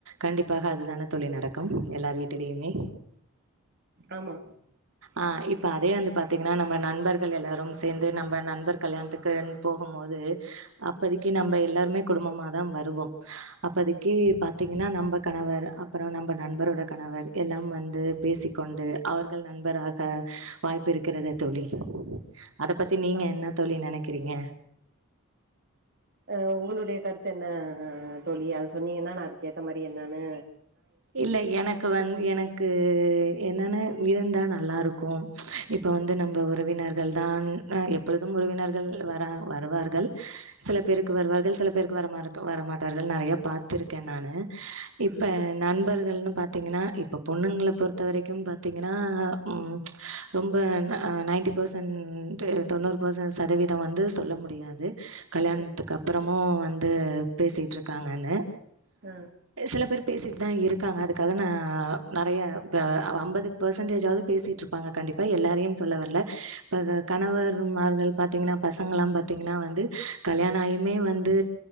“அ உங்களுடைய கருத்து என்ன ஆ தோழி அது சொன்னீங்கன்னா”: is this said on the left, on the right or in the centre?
Right